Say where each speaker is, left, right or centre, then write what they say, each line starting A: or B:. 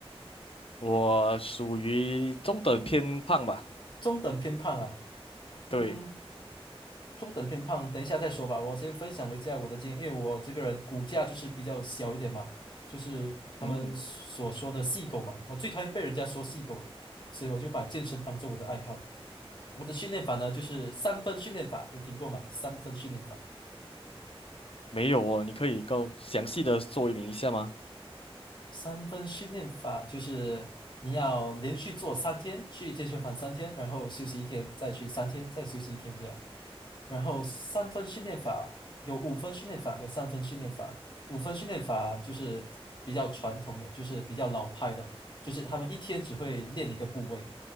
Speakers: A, on the left (about 65°); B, on the left (about 50°).
A: 我属于中等偏胖吧，
B: 中等偏胖啊？嗯，
A: 对。
B: 中等偏胖，等一下再说吧。我先分享一下我的经验，因为我这个人骨架就是比较小一点嘛，就是他们所说的“细狗”嘛，
A: 嗯。
B: 我最讨厌被人家说“细狗”了，所以我就把健身当做我的爱好。我的训练法呢，就是三分训练法，有听过吗？三分训练法。
A: 没有哦，你可以够详细的说明一下吗？
B: 三分训练法就是你要连续做三天，去健身房三天，然后休息一天，再去三天，再休息一天这样。然后三分训练法有五分训练法跟三分训练法。五分训练法就是比较传统的，就是比较老派的，就是他们一天只会练一个部位。